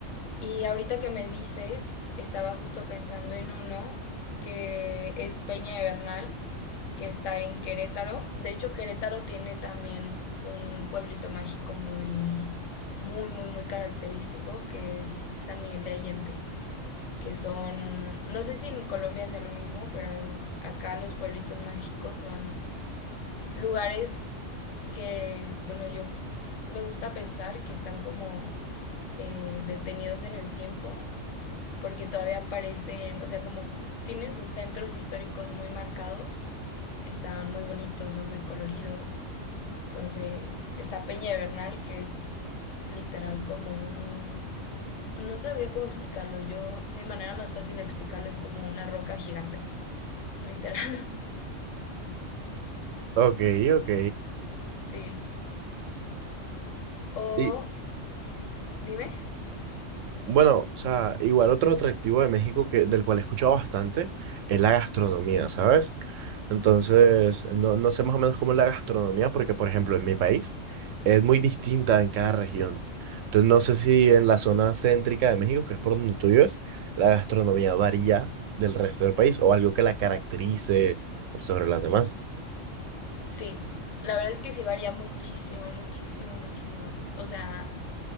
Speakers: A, on the left; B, on the right.
A: Y ahorita que me dices, estaba justo pensando en uno que es Peña de Bernal, que está en Querétaro. De hecho, Querétaro tiene también un pueblito mágico muy, muy, muy, muy característico, que es San Miguel de Allende, que son, no sé si en Colombia sea lo mismo, pero en- acá los pueblitos mágicos son lugares que, bueno, yo me gusta pensar que están como eh, detenidos en el tiempo porque todavía aparecen, o sea, como tienen sus centros históricos muy marcados, están muy bonitos, son muy coloridos. Entonces, está Peña de Bernal, que es literal como un... No sabría cómo explicarlo. Yo, mi manera más fácil de explicarlo es como una roca gigante. Literal. <laughs>
B: Ok, ok.
A: Sí. O...
B: Y
A: Dime.
B: bueno, o sea, igual otro atractivo de México que, del cual he escuchado bastante es la gastronomía, ¿sabes? Entonces, no, no sé más o menos cómo es la gastronomía, porque por ejemplo en mi país es muy distinta en cada región. Entonces, no sé si en la zona céntrica de México, que es por donde tú vives, la gastronomía varía del resto del país o algo que la caracterice por sobre las demás.
A: Sí. La verdad es que sí varía muchísimo, muchísimo, muchísimo. O sea,